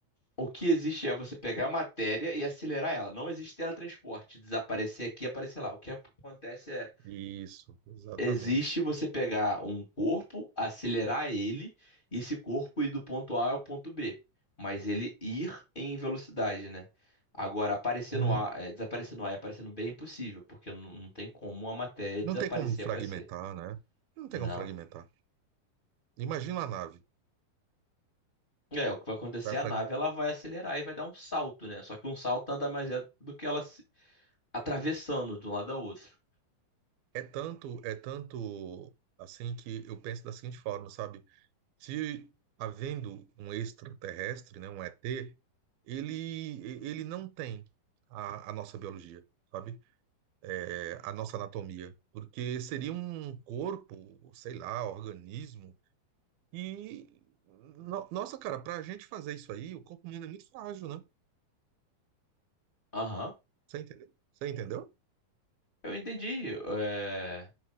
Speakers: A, on the left; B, on the right.
A: O que existe é você pegar a matéria e acelerar ela. Não existe teletransporte, desaparecer aqui e aparecer lá. O que acontece é,
B: Isso, exatamente.
A: existe você pegar um corpo, acelerar ele, e esse corpo ir do ponto A ao ponto B. Mas ele ir em velocidade, né? Agora, aparecer
B: Uhum.
A: no A, é, desaparecer no A e aparecer no B é impossível, porque não, não tem como a matéria
B: Não
A: desaparecer
B: tem como fragmentar,
A: e aparecer.
B: né? Não tem
A: Não.
B: como fragmentar. Imagina a nave.
A: É, o que vai acontecer,
B: Vai
A: a
B: frag...
A: nave ela vai acelerar e vai dar um salto, né? Só que um salto nada mais é do que ela se- atravessando de um lado ao outro.
B: É tanto, é tanto assim que eu penso da seguinte forma, sabe? Se havendo um extraterrestre, né, um ET, ele, ele não tem a, a nossa biologia, sabe? É, a nossa anatomia, porque seria um corpo, sei lá, organismo, e no- nossa, cara, pra gente fazer isso aí, o corpo humano é muito frágil, né?
A: Aham,
B: Você entendeu? Você entendeu?
A: eu entendi. É...